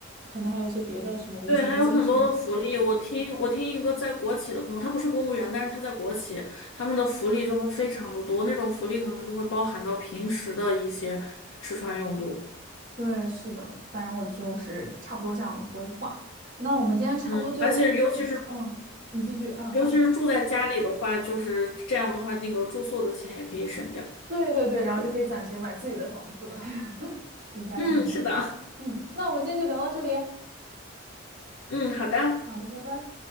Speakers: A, on the right; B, on the left.
A: 可能还有一些别的什么五险一金什么的。
B: 对，还有很多的福利。我听我听一个在国企的朋友，他不是公务员，但是他在国企，他们的福利就会非常的多，那种福利可能就会包含到平时的一些吃穿用度。
A: 对，是的，反正我就是差不多这样的规划。那我们今天差不多就，
B: 嗯，而且尤其是
A: 嗯，你继续，嗯，
B: 尤其是住在家里的话，就是这样的话，那个住宿的钱也可以省掉。
A: 对对对，然后就可以攒钱买自己的房子了。
B: 对，
A: <laughs> 离家近的，
B: 嗯，是的，
A: 嗯，那我们今天就聊到这里，
B: 嗯，好的。
A: 好的，拜拜。